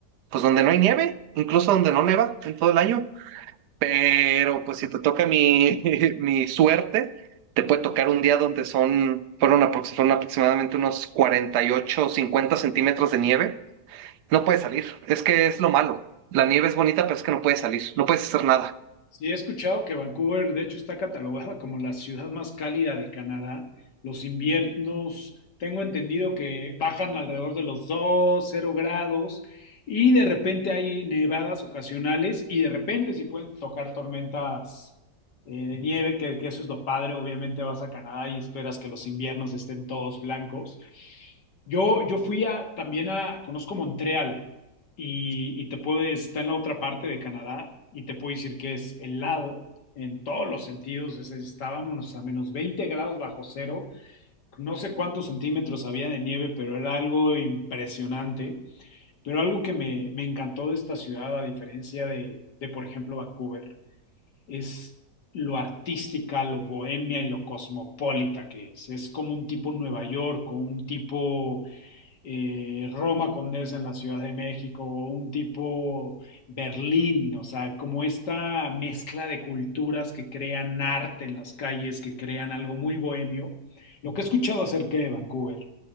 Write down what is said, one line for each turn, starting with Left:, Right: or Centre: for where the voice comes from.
Right: pues donde no hay nieve, incluso donde no neva en todo el año. Pero pues si te toca mi, <laughs> mi suerte, te puede tocar un día donde son, fueron, aprox- fueron aproximadamente unos 48 o 50 centímetros de nieve. No puedes salir. Es que es lo malo. La nieve es bonita, pero es que no puedes salir. No puedes hacer nada.
Left: Sí, he escuchado que Vancouver, de hecho, está catalogada como la ciudad más cálida de Canadá. Los inviernos, tengo entendido que bajan alrededor de los dos cero grados y de repente hay nevadas ocasionales y de repente sí pueden tocar tormentas eh, de nieve, que, que eso es lo padre. Obviamente vas a Canadá y esperas que los inviernos estén todos blancos. Yo, yo fui a, también a, conozco Montreal y, y te puede, está en la otra parte de Canadá y te puedo decir que es helado en todos los sentidos. Es- estábamos a menos 20 grados bajo cero, no sé cuántos centímetros había de nieve, pero era algo impresionante. Pero algo que me, me encantó de esta ciudad, a diferencia de, de, por ejemplo, Vancouver, es lo artística, lo bohemia y lo cosmopolita que es. Es como un tipo Nueva York, o un tipo eh, Roma Condesa en la Ciudad de México o un tipo Berlín, o sea, como esta mezcla de culturas que crean arte en las calles, que crean algo muy bohemio. Lo que he escuchado acerca de Vancouver